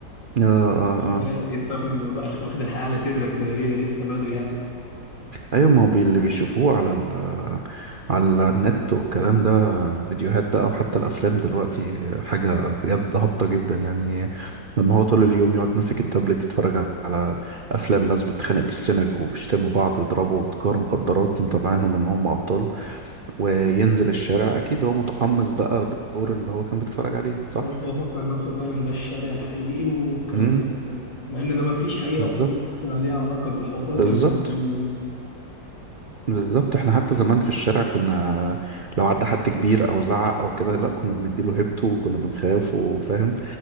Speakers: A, on the right; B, on the left.
A: اه
B: هي
A: اه
B: أنت واخد الموضوع واخد الحياة على صدرك كده ليه ده لسه بدري يعني
A: ايوه ما هو بي- اللي بيشوفوه على ال على النت والكلام ده فيديوهات بقى وحتى الافلام دلوقتي حاجه بجد هابطه جدا يعني لما هو طول اليوم يقعد ماسك التابلت يتفرج على افلام ناس بتتخانق بالسنج وبيشتموا بعض ويضربوا تجار مخدرات مطلعينهم ان هم ابطال وينزل الشارع اكيد هو متقمص بقى دور اللي هو كان بيتفرج عليه صح
B: خلاص هو فكر نفسه فعلا ده الشارع الحقيقي والكلام
A: امم
B: ده. مع إن ده مفيش حقيقة
A: بالظبط
B: خالص ليها علاقة بالحوارات
A: بالظبط
B: اللي إحنا بنعملها دي.
A: بالظبط احنا حتى زمان في الشارع كنا لو عدى حد كبير او زعق او كده لا كنا بنديله هيبته وكنا بنخاف وفاهم